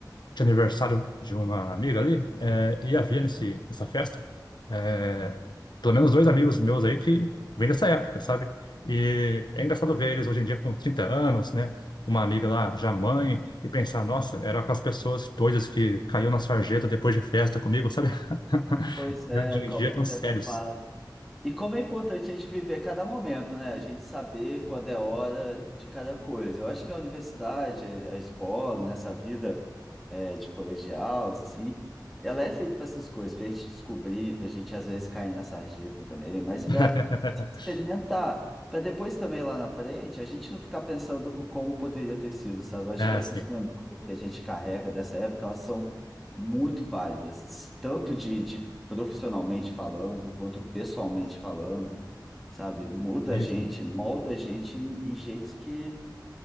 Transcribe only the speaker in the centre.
Pois é,
como
que o tempo
passa. E como é importante a gente viver cada momento, né? A gente saber quando é hora de cada coisa. Eu acho que a universidade, a a escola, nessa vida é, de colegial, assim, ela é feita para essas coisas, para a gente descobrir, para a gente às vezes cair na sarjeta também, mas para
experimentar, para depois também lá na frente a gente não ficar pensando como poderia ter sido, sabe? Eu acho
que essas memórias que a gente carrega dessa época, elas são muito válidas, tanto de, de profissionalmente falando, quanto pessoalmente falando, sabe? Muda a gente,
molda a gente em, em jeitos que